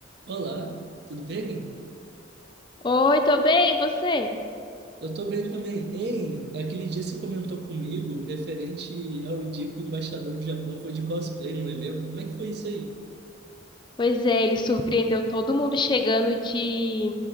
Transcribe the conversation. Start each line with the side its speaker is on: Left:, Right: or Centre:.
Right: Olá, tudo bem?
Left: Oi, tô bem, e você?
Right: Eu tô bem também. Ei, aquele dia você comentou comigo referente ao dia que o embaixador do Japão foi de cosplay no evento. Como é que foi isso aí?
Left: Pois é, ele surpreendeu todo mundo chegando de